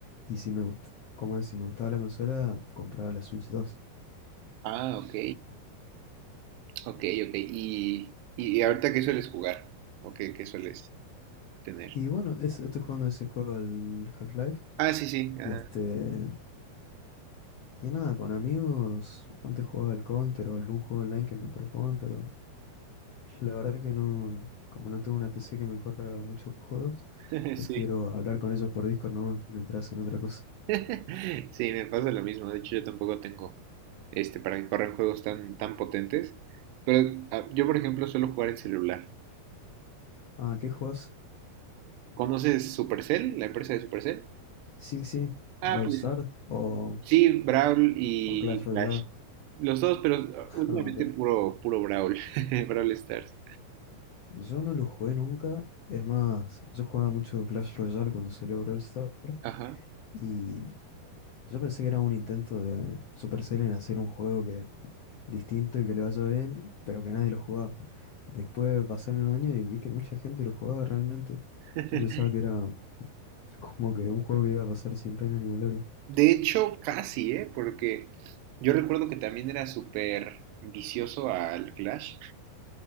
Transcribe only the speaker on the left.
y si me gustaba, como si me gustaba la consola, compraba la Switch 2.
Y bueno, es, estoy jugando ese juego al Half-Life.
Y este. Y nada, con amigos. Antes jugaba al Counter o algún juego online que me propongan, pero <laughs> la verdad que no. Como no tengo una PC que me corra muchos juegos,
prefiero
hablar con ellos por Discord nomás mientras hacen otra cosa.
Ah, ¿qué juegas?
Sí, sí,
Brawl
Stars o,
o Clash Royale.
<laughs>
Ah,
ok.
Yo no lo jugué nunca. Es más, yo jugaba mucho Clash Royale cuando salió Brawl Stars.
Y Yo pensé que era un intento de Supercell en hacer un juego que distinto y que le vaya bien, pero que nadie lo jugaba. Después pasaron los años y vi que mucha gente lo jugaba realmente.
Yo pensaba que era como que un juego que iba a pasar sin pena ni gloria.